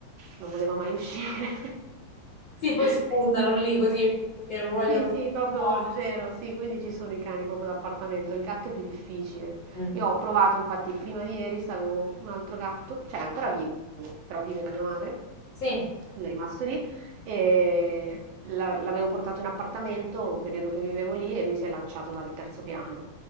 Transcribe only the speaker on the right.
Non voleva mai uscire.
<laughs>
Sì, sì, proprio
zero, sì, quindi ci sono i cani proprio d'appartamento, il gatto è più difficile.
Io ho provato, infatti, prima di ieri avevo un altro gatto, cioè è ancora vivo, però vive da mia madre,
lui è rimasto lì e la- l'avevo portato in appartamento un periodo che vivevo lì e lui si è lanciato dal terzo piano.